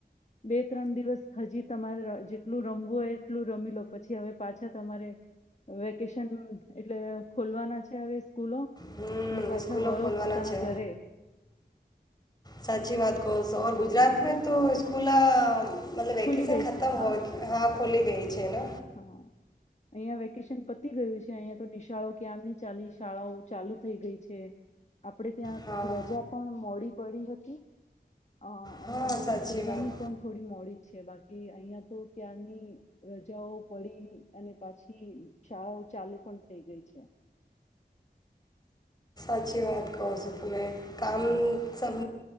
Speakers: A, on the left; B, on the left.
A: બે ત્રણ દિવ દિવસ હજી તમારે જેટલું રમવું હોય એટલું રમી લો. પછી હવે પાછા તમારે વેકેશન એટલે ખોલવાના છે હવે સ્કૂલો,
B: હમ
A: એટલે પાછા
B: સ્કૂલો
A: વળો
B: ખોલવાના
A: પોતાના
B: છે
A: ઘરે.
B: સાચી વાત કહો છો. ગુજરાત મે તો સ્સ્કૂલા મતલબ વેકેશન
A: ખુલી ગઈ
B: ખતમ
A: છે હા
B: હોય હા ખોલી ગઈ છેને
A: હા અહંયા વેકેશન પતી ગયું છે. અહિયાયા તો નિશાળો ક્યા્ર ની ચાલી શાળાઓ ચાલુ થઈ ગઈ છે. આપડે ત્યાં
B: હા
A: થોડી રજા પણ મોળી પડી હતી. અ
B: હા
A: અને હવે
B: સાચી
A: ખુલવાની
B: વાત
A: પણ થોડી મોડી જ છે, અને બાકી. કે અહિયાં તો ત્યારની. જઓ પડી અને પાછી શાળાઓ ચાલુ પણ થઈ ગઈ છે.
B: <unintelligible> વાત કહો છો તમે કામ સબ